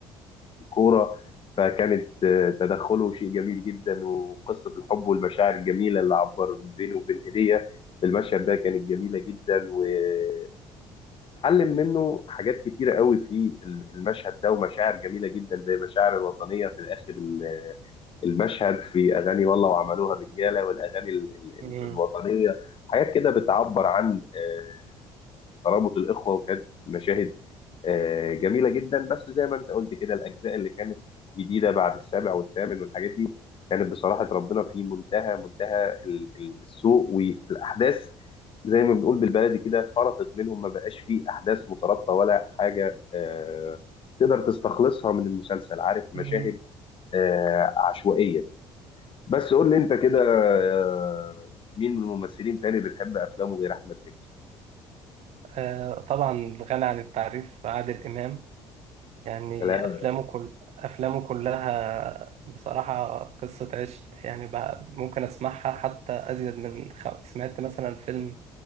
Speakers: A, on the left (about 45°); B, on the right (about 60°).
A: كورة فكانت آه، تدخله شيء جميل جدا وقصة الحب والمشاعر الجميلة اللي عبر بينه وبين هدية في المشهد ده كانت جميلة جدا وتتعلم منه حاجات كتيرة قوي في المشهد ده ومشاعر جميلة جدا زي المشاعر الوطنية في الآخر ال- المشهد في أغاني والله وعملوها الرجالة والأغاني ال- ال- ال-
B: مم.
A: الوطنية حاجات كده بتعبر عن آه، ترابط الاخوه وكانت مشاهد آه، جميله جدا بس زي ما انت قلت كده الاجزاء اللي كانت جديده بعد السابع والثامن والحاجات دي كانت بصراحه ربنا في منتهى منتهى ال- ال- السوء والاحداث زي ما بنقول بالبلدي كده فرطت منهم ما بقاش فيه احداث مترابطه ولا حاجه آه، تقدر تستخلصها من المسلسل عارف مشاهد
B: مم.
A: آه، عشوائيه بس قول لي انت كده آه، مين من الممثلين تاني بتحب افلامه غير احمد مكي؟
B: آه طبعا غني عن التعريف عادل إمام يعني
A: سلام
B: أفلامه كل أفلامه كلها بصراحة قصة عشق يعني بقى ممكن أسمعها حتى أزيد من خم... سمعت مثلا فيلم